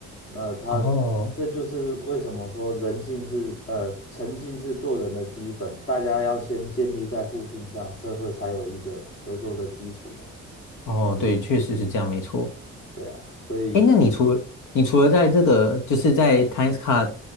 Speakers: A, on the left; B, on the left.
A: 那他，
B: 哦
A: 这就是为什么说人性是，呃，诚信是做人的基本，大家要先建立在互信上，社会才有一个合作的基础嘛。
B: 哦，对，确实是这样，
A: 嗯，
B: 没错。
A: 对啊，所以。
B: 哎，那你除了你除了在这个就是在 Times Card